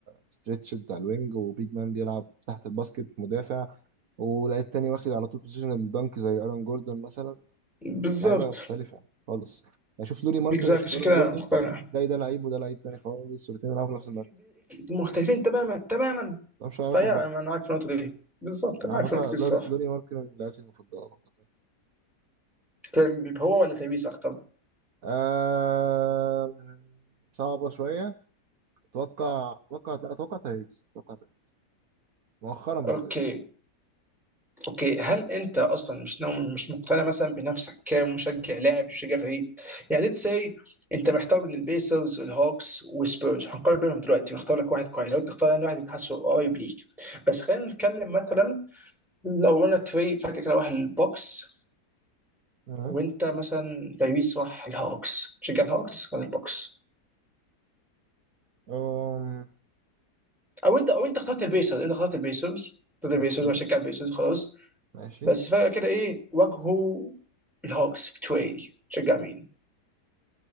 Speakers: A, on the right; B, in the centre.
A: ستريتشد على الوينج وبيج مان بيلعب تحت الباسكت مدافع ولاعيب تاني واخد على طول بوزيشن الدنك زي ايرون جوردون مثلا
B: بالظبط
A: لعيبة مختلفة خالص أشوف لوري ماركن
B: بالظبط
A: وأشوف
B: عشان
A: ايرون
B: كده
A: جوردون
B: مقتنع
A: تلاقي ده لعيب وده لعيب تاني خالص والاتنين بيلعبوا في نفس المركز
B: مختلفين تماما تماما
A: ملهمش أي علاقة
B: فيا
A: ببعض
B: انا معاك في النقطه دي بالظبط
A: على
B: انا معاك في
A: فكرة
B: النقطه دي
A: لوري,
B: الصراحه
A: لوري ماركن من لعيبتي المفضلة برضه
B: كان هو ولا تبيس اكتر
A: آه... صعبة شوية أتوقع أتوقع لا أتوقع تايريس أتوقع تايريس مؤخرا بقى
B: اوكي
A: تايريس
B: اوكي هل انت اصلا مش نوم مش مقتنع مثلا بنفسك كمشجع لاعب مشجع فريق يعني ليتس سي انت محتار بين البيسرز والهوكس والسبيرز هنقارن بينهم دلوقتي واختار لك واحد كويس لو انت تختار يعني واحد انت حاسه قريب ليك بس خلينا نتكلم مثلا لو انا فريق فجاه كده راح البوكس
A: أه
B: وانت مثلا تبيس راح الهوكس تشجع الهوكس ولا البوكس
A: أم...
B: او انت او انت اخترت البيسرز انت اخترت البيسرز اخترت البيسرز
A: اوكي
B: وهشجع البيسرز خلاص
A: ماشي
B: بس فجاه كده ايه واجهوا الهوكس بتوعي تشجع مين؟